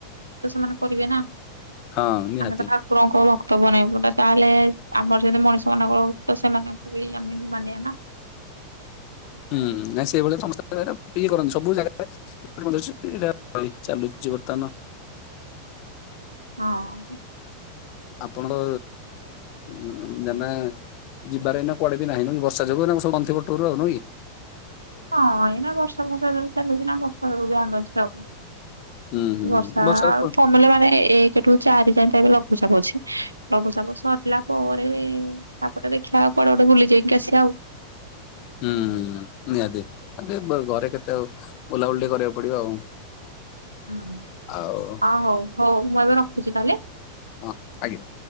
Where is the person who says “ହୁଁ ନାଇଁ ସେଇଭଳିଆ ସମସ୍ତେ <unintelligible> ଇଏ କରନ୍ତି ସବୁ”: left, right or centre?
Left